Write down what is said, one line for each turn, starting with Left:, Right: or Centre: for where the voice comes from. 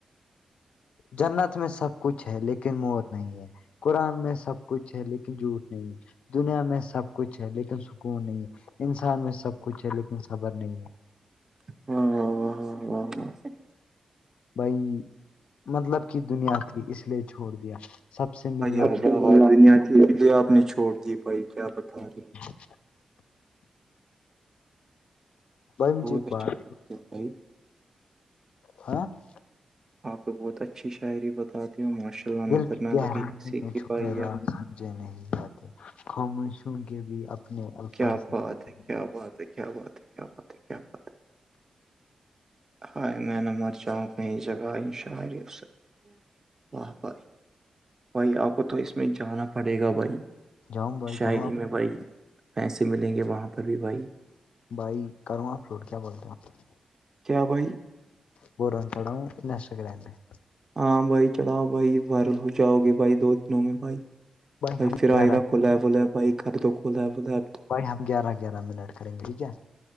Left: جنت میں سب کچھ ہے لیکن موت نہیں ہے قرآن میں سب کچھ ہے لیکن جھوٹ نہیں ہے دنیا میں سب کچھ ہے لیکن سکون نہیں ہے انسان میں سب کچھ ہے لیکن صبر نہیں ہے
Right: ہ <unintelligible>
Left: بھائی مطلب کی دنیا کی اس لیے چھوڑ دیا سب سے ملنا
Right: آپ کی آواز لیے آپ نے چھوڑ دی بھائی کیا بتا رہے
Left: <unintelligible>
Right: ہو
Left: بھائی مجھے
Right: بہت
Left: ایک
Right: اچھا
Left: بات
Right: ل پ <unintelligible>
Left: ہاں <unintelligible>
Right: آپ تو بہت اچھی شاعری بتاتی ہو ماشا اللہ
Left: دل
Right: نظر
Left: کی
Right: نہ
Left: گہرائیوں
Right: لگی کسی
Left: میں
Right: کی
Left: چھپے
Right: بائی
Left: راز
Right: ہے <unintelligible>
Left: سمجھے نہیں آاتے خومشوں کے بھی اپنے الفاظ
Right: کیا
Left: <unintelligible>
Right: بات ہے کیا بات ہے کیا بات ہے کیا بات ہے کیا بات ہے <unintelligible> ہائے میں نمر چاہوں کہیں جگہ ان شری سے <unintelligible> واہ بھائی بھائی آپ کو تو اس میں جانا پڑے گا بھائی <unintelligible>
Left: جاؤں بھائی
Right: شاعری
Left: کروں اپ
Right: میں بھائی پیسے ملیں گے وہاں پر بھی بھائی <unintelligible> <unintelligible>
Left: بھائی کروں آپ فوٹ کیا بولتے ہو <unintelligible>
Right: کیا بھائی <unintelligible>
Left: بوں چڑو انسٹ گرام میں <unintelligible>
Right: ہاں بھائی چڑھاؤ بھائی وار ہو جاؤ گے بھائی دو دنوں میں بھائی <unintelligible> بھائی
Left: ہم
Right: پھر
Left: گیارہ
Right: آئے گا کلا بول ہے بھائی کر دو کلا ہے بول ا <unintelligible>
Left: ب ہم گار <unintelligible> آرامینٹ کریں گے ٹھیک ہے <unintelligible>